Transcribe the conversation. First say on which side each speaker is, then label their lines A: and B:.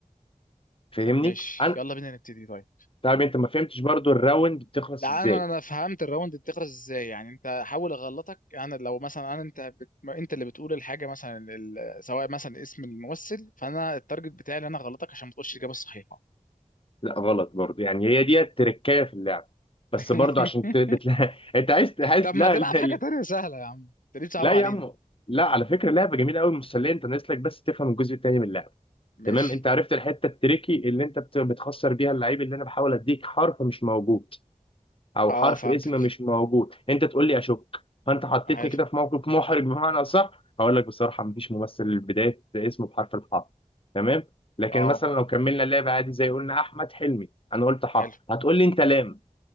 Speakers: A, on the left (about 40°); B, on the left (about 80°).
A: فاهمني
B: طب ماشي
A: انا
B: يلا بينا نبتدي طيب
A: طب انت ما فهمتش برضو الراوند بتخلص
B: لا
A: ازاي
B: انا انا فهمت الراوند بتخلص ازاي يعني انت حاول اغلطك انا لو مثلا انا انت بت... انت اللي بتقول الحاجه مثلا ال... سواء مثلا اسم الممثل فانا التارجت بتاعي اللي انا اغلطك عشان ما تقولش الاجابه الصحيحه
A: لا غلط برضو يعني هي دي التركية في اللعب بس
B: <laughs>
A: برضو عشان ت... بتلا... <laughs> انت عايز عايز
B: طب ما
A: لا
B: تلعب
A: لا,
B: حاجه
A: لا
B: تانية سهله يا عم انت ليه بتصعبها
A: لا يا
B: علينا
A: عم لا على فكرة لعبة جميلة قوي مسلية انت ناقص لك بس تفهم الجزء التاني من اللعبة
B: ماشي
A: تمام انت عرفت الحتة التريكي اللي انت بت... بتخسر بيها اللعيب اللي انا بحاول اديك حرف مش موجود او
B: اه
A: حرف
B: فهمتك
A: اسم مش موجود انت تقول لي اشك فانت حطيتني
B: حلو
A: كده في موقف محرج بمعنى اصح هقول لك بصراحه مفيش ممثل بدايه اسمه بحرف الحاء تمام لكن
B: اه
A: مثلا لو كملنا اللعب عادي زي قلنا احمد حلمي انا قلت حاء
B: حلو
A: هتقول لي انت لام